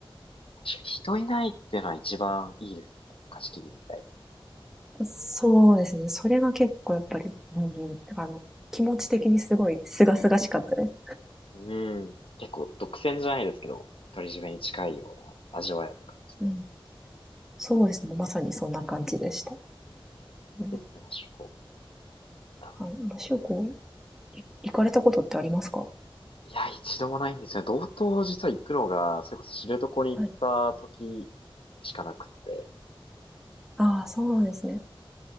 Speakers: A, on the left; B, in the centre.
A: 確かに人いないっていうのは一番いいですね。貸し切りみたい
B: そうですね。それが結構やっぱり、うんうん。だからあの、気持ち的にすごい清々しかったです。
A: な。うん。結構独占じゃないですけど、独り占めに近いような味わえる感じで。
B: うん。そうですね。まさにそんな感じでした。
A: いいですね、
B: うん。
A: マッシュコあ
B: はい。まあ、しゅうこ、い行かれたことってありますか
A: いや、一度もないんですよね。道東実は行くのが、それこそ知床に行った時しかなくって。
B: はい。ああ、そうですね。